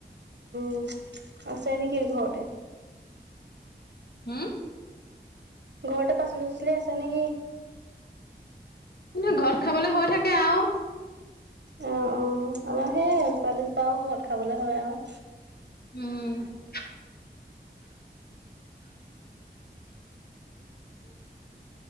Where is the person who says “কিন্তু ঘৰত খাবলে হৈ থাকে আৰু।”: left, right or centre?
Left